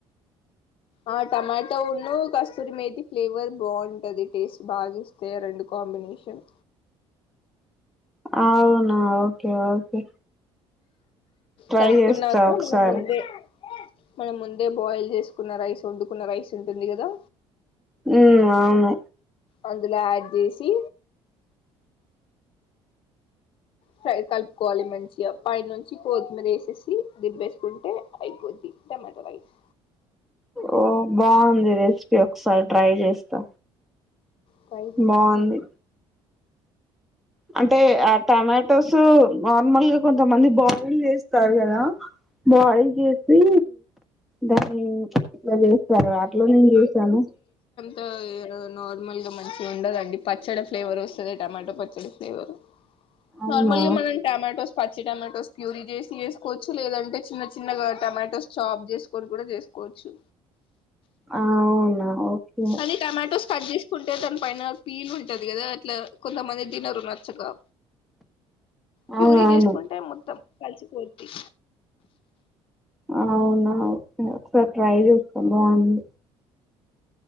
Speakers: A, on the left; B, in the centre.
A: ఆ టమాటో వున్ను కస్తూరి మేతి ఫ్లేవర్ బాగుంటది టేస్ట్ బాగా చూస్తే రెండు కాంబినేషన్
B: అవునా ఓకే ఓకే ట్రై
A: కలుపుకున్నాక
B: చేస్తా ఒకసారి
A: మనం ముందే మనం ముందే బాయిల్ చేసుకున్న రైస్ వండుకున్న రైస్ ఉంటుంది కదా
B: ఉ అవును
A: అందులో యాడ్ చేసి ఫ్రై కలుపుకోవాలి మంచిగా పై నుంచి కొత్తిమీర వేసేసి దింపేసుకుంటే అయిపోద్ది టమాటో రైస్
B: ఓ బాగుంది రెసిపీ ఒకసారి ట్రై చేస్తా
A: ట్రై చేయండి
B: బాగుంది అంటే ఆ టమాటోస్ నార్మల్ గా కొంతమంది బాయిల్ చేస్తారు కదా బాయిల్ చేసి దాన్ని ఇట్లా చేస్తారు అట్లా నేను చూసాను
A: తా నార్మల్ గా మంచిగా ఉండదండి పచ్చడి ఫ్లేవర్ వస్తుంది టమాటో పచ్చడి ఫ్లేవర్
B: అవునా
A: నార్మల్ గా మనం టమాటోస్ పచ్చి టమాటోస్ ప్యూరీ చేసి వేసుకోవచ్చు లేదంటే చిన్న చిన్నగా టమాటోస్ చాప్ చేసుకో కొన్ని కూడా చేసుకోవచ్చు
B: ఆ అవునా ఓకే
A: అది టమాటోస్ కట్ చేసుకుంటే తను పైన ఫీల్ ఉంటది కదా అట్లా కొంతమంది తినరు నచ్చక ప్యూరీ
B: అవునవును
A: చేసుకుంటే మొత్తం కలిసిపోద్ది
B: అవునా ఒక ఒకసారి ట్రై చేస్తాం బావుంది